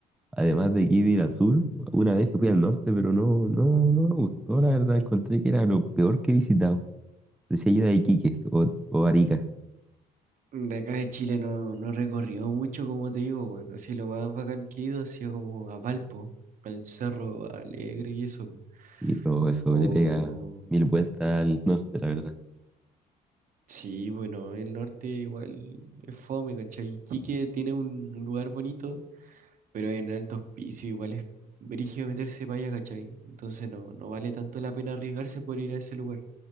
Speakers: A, in the centre; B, on the right.
A: además de aquí de ir al sur, una vez que fui al norte, pero no, no, no me gustó, la verdad, encontré que era lo peor que he visitado. Decía yo de Iquique o, o Arica,
B: De acá de Chile no, no he recorrido mucho, como te digo, bueno, así lo más bacán que he ido ha sido como a Valpo, al Cerro Alegre y eso. pues.
A: y todo eso
B: O
A: le pega mil vueltas al norte, la verdad.
B: sí, bueno, el norte igual es fome, ¿cachai? Iquique tiene un un lugar bonito, pero en altos pisos igual es brígido meterse para allá, ¿cachai? Entonces no, no vale tanto la pena arriesgarse por ir a ese lugar.